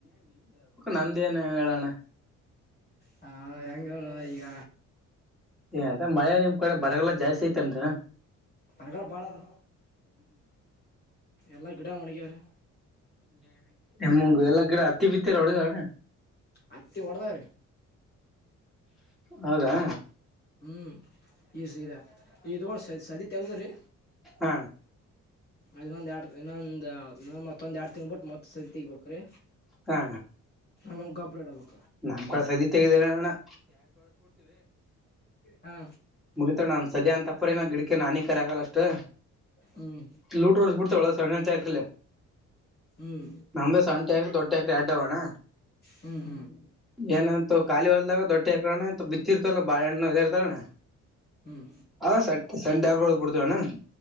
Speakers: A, in the centre; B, on the left.
A: ನಮ್ದೇಏನು ಹೇಳಣ
B: ಹಾ ಎಂಗಳ ಈಗ
A: ಏ ಅದ ಮಳೆ ನಿಮ್ ಕಡೆ ಬರಗೆಲ್ಲ ಜಾಸ್ತಿ ಐತೆಅಲ್ರನ
B: ತೆಳ್ಳಗ ಬಾಳ ಅದ ಎಲ್ಲ ಗಿಡ ಗಿಡ ಒಣಗಿದವರಿ
A: ಎಲ್ಲಾ ಗಿಡ ಗಿಡ ಹತ್ತಿ ಬಿತ್ತ ರೋಳಗಣನೆ.
B: ಹತ್ತಿ ಹೊಡದಾವ ರೀ.
A: ಹೌದಾ
B: ಹ್ಮ್ ಇ ಸೀದಾ ಇದ <inaudible> ತೆವುದರೆ
A: ಹ
B: ಇನ್ನೊಂದ ಎರಡು ಇನ್ನೊಂದ ಮತ್ತೊಂದ ಎರಡ್. ಬಟ್ ಮತ್ತ ಸಂತಿ ಗ ತೆಗಿಬೇಕ್ರಿ
A: ಹಾ
B: ನಮಗ ಅಡ <inaudible>
A: ನಮ್ ಕಳ ಸದೀತೆಗಣ <inaudible>
B: ಹಾ
A: ಮುಗಿತನ್ನ ಸದ್ಯ ಅಂತ ಪರಿ ಗಿಡಕ ಏನ್ ಹಾನಿಕರ ಆಗಲ್ಲಷ್ಟು
B: ಹ್ಮ್
A: ತ್ತ ಲೂಟ ವಾಡಡ್ ಬಿಡ್ತವೆಳ ಸಣ್ಣ ತೆಕ್ಕಳೆ
B: ಹ್ಮ್
A: ನಮ್ದ ಸಣ್ಣ ಹಾಕ ದೊಡ್ಟ್ಟ ಹಾಕ್ರ ಅಡ್ವಣ್ಣ
B: ಹ್ಮ್ ಹ್ಮ್
A: ಏನ ಇ ಖಾಲಿ ಹೊಲ್ದಾಗ ದೊಟ್ಟಿ ಹಾಕಣ ಇ ಬಿತ್ತಿ ಇರ್ತಲ್ಲ ಬಾಳಹಣ್ಣು ಇ ಇರ್ತಾರಾನ.
B: ಹ್ಮ್
A: ಅದ ಸಂಡೇ ಆಗ್ಬಡ್ತ. ಇದ್ದು ಅನ